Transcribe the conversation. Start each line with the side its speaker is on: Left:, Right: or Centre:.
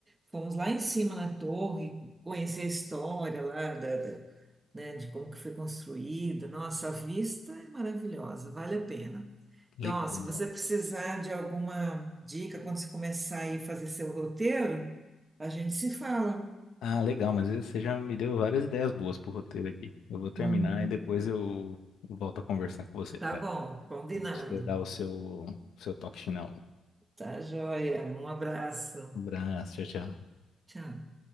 Right: fomos lá em cima na torre, conhecer a história lá da, da- né, de como que foi construído. Nossa, a vista é maravilhosa, vale a pena.
Left: Legal.
Right: Então, ó, se você precisar de alguma dica quando você começar aí a fazer seu roteiro, a gente se fala.
Left: Ah, legal, mas você já me deu várias ideias boas pro roteiro aqui. Eu vou terminar
Right: Uhum.
Left: e depois eu volto a conversar com você.
Right: Tá
Left: pra
Right: bom, combinado.
Left: Você dá o seu, seu toque final.
Right: Tá joia. Um abraço.
Left: Um abraço, tchau, tchau.
Right: Tchau.